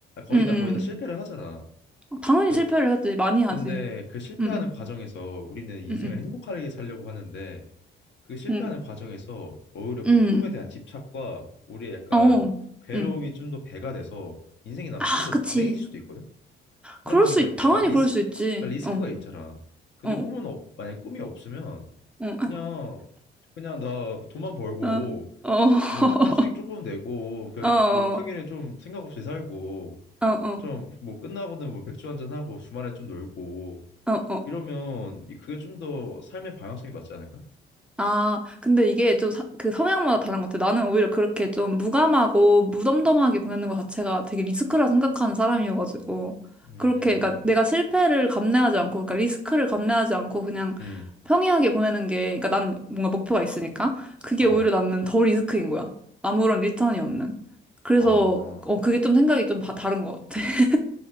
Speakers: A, on the left; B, in the centre.
A: 거의
B: 응, 응.
A: 다 거의 다 실패를 하잖아.
B: 응. 당연히
A: 그-
B: 실패를 하지. 많이 하지.
A: 근데 그 실패하는
B: 응, 응.
A: 과정에서 우리는 인생을
B: 응,
A: 행복하게 살려고 하는데 그 실패하는
B: 응.
A: 과정에서 오히려 그
B: 응.
A: 꿈에
B: 응.
A: 대한 집착과 우리의 약간
B: 어.
A: 괴로움이
B: 응. 응.
A: 좀 더 배가 돼서 인생이 난
B: 아,
A: 좀 더
B: 그치.
A: 불행해질 수도 있거든. 그러면
B: 그럴 수,
A: 그러니까
B: 있, 당연히
A: 약간 리스크
B: 그럴 수 있지.
A: 그러니까 리스크가
B: 어,
A: 있잖아. 근데
B: 어,
A: 꿈은 없, 만약에 꿈이 없으면
B: 어,
A: 그냥 그냥 나 돈만 벌고
B: <laughs> 어, 어,
A: 어, 좀
B: <laughs>
A: 수익 조금 내고 그
B: 어, 어,
A: 뭐 평일에 좀 생각 없이 살고
B: 어, 어,
A: 좀 뭐 끝나고는 뭐 맥주 한잔 하고 주말에 좀 놀고
B: 어, 어.
A: 이러면 이- 그게 좀 더 삶의 방향성이 맞지 않을까?
B: 아, 근데 이게 좀 그 성향마다 다른 것 같아. 나는 오히려 그렇게 좀 무감하고 무덤덤하게 보내는 것 자체가 되게 리스크라 생각하는 사람이어가지고.
A: 음,
B: 그렇게, 그러니까 내가 실패를 감내하지 않고, 그러니까 리스크를 감내하지 않고 그냥
A: 음,
B: 평이하게 보내는 게, 그러니까 난 뭔가 목표가 있으니까 그게
A: 아,
B: 오히려 나는 덜 리스크인 거야. 아무런 리턴이 없는. 그래서,
A: 아,
B: 어, 그게 좀 생각이 좀 바, 다른 것 같아. <laughs>